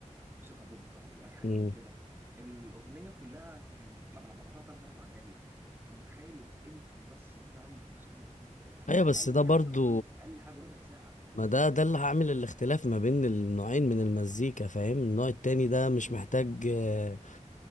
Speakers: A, on the right; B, on the left.
A: موسيقى بوب او اي حاجه
B: مم.
A: من كده الاغنيه كلها كانت على بعضها ثلاث اربع دقايق انت متخيل الانترو بس بتاع ام كلثوم الاغنيه بتاعتها
B: ايوه
A: اقل
B: بس ده برضو
A: حاجه خالص اقل حاجه ربع ساعه
B: ما ده ده اللي هعمل الاختلاف ما بين النوعين من المزيكا فاهم النوع التاني ده مش
A: امم
B: محتاج آه،